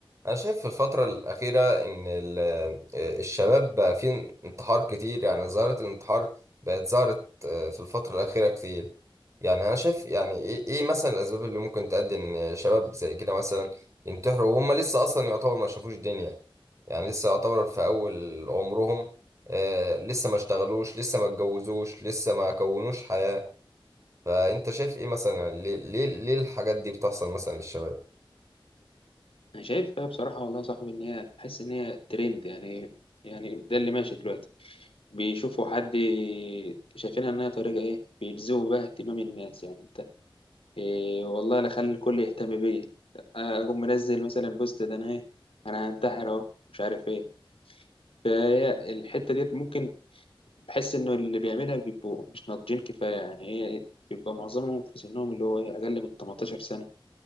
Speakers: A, on the right; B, on the left.
A: أنا شايف في الفترة الأخيرة إن ال- آه، الشباب بقى فيه انتحار كتير يعني ظاهرة الانتحار بقت ظهرت آه، في الفترة الأخيرة كتير يعني أنا شايف يعني إيه إيه مثلا الأسباب اللي ممكن تؤدي إن شباب زي كده مثلا ينتحروا وهم لسه أصلا يعتبر ما شافوش دنيا يعني لسه يعتبر في أول عمرهم آه، لسه ما اشتغلوش لسه ما اتجوزوش لسه ما كونوش حياة فأنت شايف إيه مثلا يعني ليه ليه ليه الحاجات دي بتحصل مثلا للشباب؟
B: انا شايفها بصراحه والله يا صاحبي ان هي تحس ان هي ترند يعني يعني ده اللي ماشي دلوقتي بيشوفوا حد شايفينها انها طريقه ايه بيجذبوا بها اهتمام الناس يعني انت إيه والله لا خلي الكل يهتم بيا اقوم منزل مثلا بوست ده انا ايه انا هنتحر اهو مش عارف ايه فهي الحته ديت ممكن بحس انه اللي بيعملها بيبقوا مش ناضجين كفايه يعني هي بيبقى معظمهم في سنهم اللي هو إيه، اقل من 18 سنه